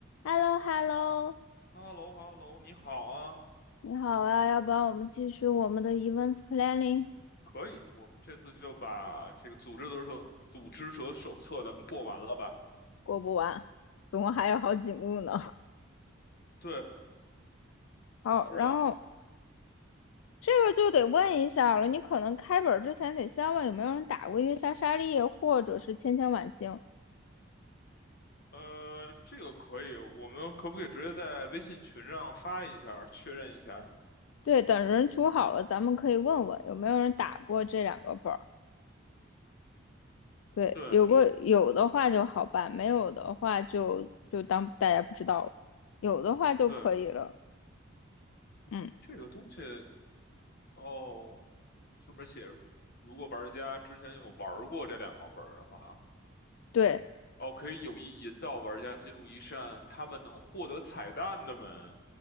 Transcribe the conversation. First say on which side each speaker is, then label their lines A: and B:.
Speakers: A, on the left (about 80°); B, on the left (about 50°).
A: h e l l o h e l l o
B: 哈喽哈喽，你好啊，
A: 你好啊，要不然我们继续我们的 events planning，
B: 可以，我们这次就把这个组织者手组织者手册咱们过完了吧？
A: 过不完，总共还有好几幕呢。
B: 对，
A: <laughs> 好，
B: 我知道，
A: 然后这个就得问一下了，你可能开本儿之前得先问有没有人打过月下沙利叶或者是千千晚星。
B: 呃，这个可以，我们可不可以直接在微信群上发一下，确认一下？
A: 对，等人组好了，咱们可以问问有没有人打过这两个本儿。对，
B: 对
A: 有过有的话就好办，没有的话就就当大家不知道了，有的话就可以了。
B: 对，
A: 嗯，
B: 这个东西哦，上面写着如果玩家之前有玩过这两个本儿的话，
A: 对。
B: 哦，可以有意引导玩家进入一扇他们能获得彩蛋的门。